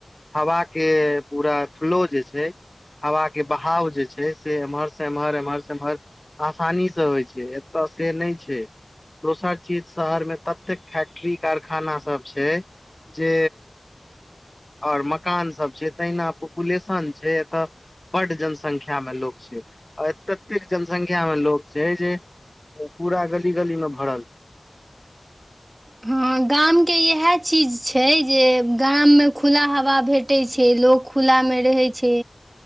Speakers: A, on the left; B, on the right.
A: हवाके पूरा फ्लो जे छै हवाके बहाव जे छै से एम्हर स एम्हर एम्हर स एम्हर आसानी से होइ छै एत से नै छै दोसर चीज शहरमे ततेक फैकटी फै्टी कारखाना सब छै जे ओर मकानसभ छै तहिना पॉपुलेशन छै एतय बड्ड जनसंख्यामे लोक छै आ ततेक जनसंख्यामे लोक छै जे पूरा गली गलीमे भरल
B: हँ गामके इएह चीज छै जे गाममे खुला हवा भेटै छै लोक खुला ामे रहै छै